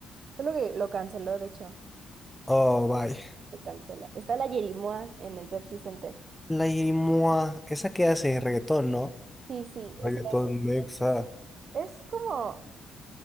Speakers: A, on the right; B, in the centre.
A: Solo que lo canceló, de hecho,
B: Oh, vaya.
A: se cancela. Está la Yerimoa en el Pepsi Center.
B: La Irimoa, esa que hace reggaetón, ¿no?
A: Sí, sí,
B: Reggaetón
A: o sea,
B: Nexa.
A: es como,